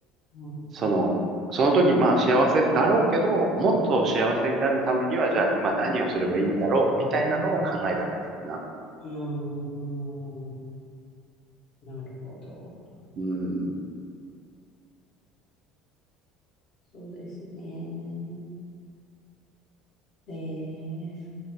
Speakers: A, on the left; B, on the right.
A: うん。
B: その、その時まあ幸せだろうけど、もっと幸せになるためには、じゃあ今何をすればいいんだろうみたいなのを考えたかったかな。
A: うん。うんなるほど。
B: うん。
A: そうですね。えー、